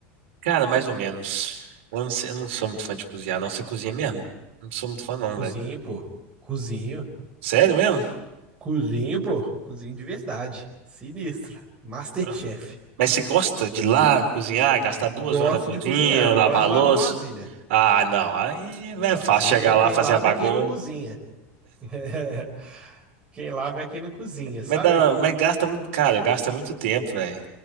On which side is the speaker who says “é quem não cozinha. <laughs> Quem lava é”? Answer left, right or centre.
Right